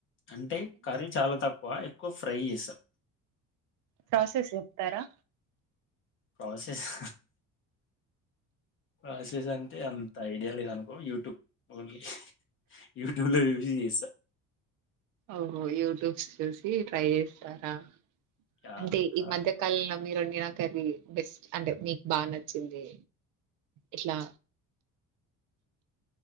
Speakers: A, on the left; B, on the right.
A: అంటే కర్రీ చాలా తక్కువ ఎక్కువ ఫ్రై చేసారు
B: ప్రాసెస్ చెప్తారా
A: ప్రసేస్ ప్రసెస్ అంటే అంత ఐడియా లేదు అనుకో యూట్యూబ్ ఓన్లీ యూట్యూబ్ లో చూసి చేస్తా
B: ఓహో యూట్యూబ్స్ చూసి ట్రై చేస్తారా
A: యాహ్!
B: అంటే ఈ
A: ఆ!
B: మధ్య కాలంలో మీరు మీనాకర్రీ బెస్ట్ అంటె మీక్ బా నచ్చింది ఇట్లా